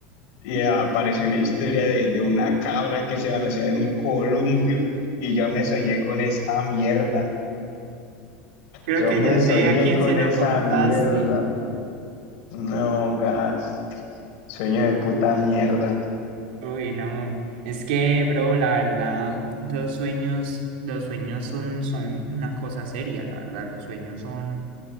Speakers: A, on the left (about 60°); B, on the right (about 80°).
A: y apareció una historia de, de una cabra que se balanceaba en un columpio y yo me soñé con esa mierda.
B: Creo
A: Yo
B: que
A: me
B: ya sé
A: soñé
B: a quién
A: con
B: se
A: esa
B: lo contaste.
A: mierda. No, gas. Sueño de puta mierda.
B: Uy, no. Es que, bro, la verdad, los sueños, los sueños son, son una cosa seria, la verdad. Los sueños son,